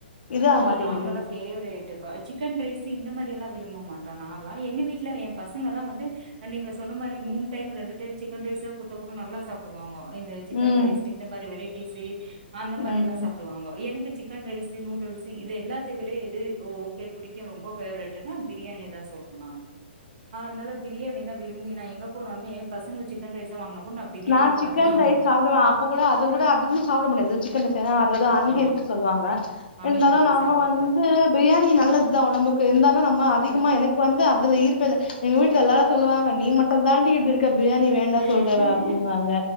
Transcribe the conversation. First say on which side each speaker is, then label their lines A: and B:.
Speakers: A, on the left; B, on the right.
A: இது ஆக
B: ஐய்யோ
A: மாட்டேங்குது
B: நாங்கலா ஃப்வேரேட்டு ப சிக்கன் ரைஸூ இந்த மாதிரில்லாம் விரும்ப மாட்டோ நான்ல்லா எங்க வீட்ல என் பசங்க எல்லா வந்து அன்னிக்கு நா சொன்ன மாரி மூண் டைம் ரெண்டு டைம் ஜிக்கன் ரைஸா குடுத்தா கொட நல்லா சாப்டுவாங்க இந்த சிக்கன்
A: ம்
B: ரைஸ் இந்த மாரி வெரைட்டீஸ்சு அந்தமாரி
A: ம்
B: எல்லா சாப்பிடுவாங்க எனக்கு சிக்கன் ரைஸ்சு நூடுல் சி இது எல்லாத்த விட எது ஓ ஓகே புடிக்கூ ரொம்ப ஃபேவரட்டுனா பிரியாணியதா சொல்லுனுமா அன்னால பிரியாணி தெ விரும்பி நா எங்க போனாலுேமே எ பசங்க சிக்கன் ரைஸா வாங்னா கூட் நா பிரியாணிய
A: நா சிக்கன்
B: பாத்து வாங்குவ
A: ரைஸ் சாப்புடுவே அப்ப கூட அது கூட அதிகமா சாப்பிட முடியாது சிக்கன்ல்ல செய்றதுனால ‌அதுதா அன்னிக்கோ
B: ஆமா
A: சொல்லுவாங்க
B: அன்ஹெல்தி
A: இருந்தாலூ நம்ம
B: சாப்டக்
A: வந்து
B: கூடாது
A: பிரியாணி நல்லது தா ஒடம்புக்கு இருந்தாலூ நம்ம அதிகமா
B: ம்
A: எனக்கு வந்து அதுலஈர்த்ததூ எங்க வீட்ல எல்லா சொல்வாங்க நீ மட்டுந்தான்டி இப்டி இருக்க பிரியாணி வேண்டா
B: ம்
A: சொல்றவ அப்டின்னுவாங்க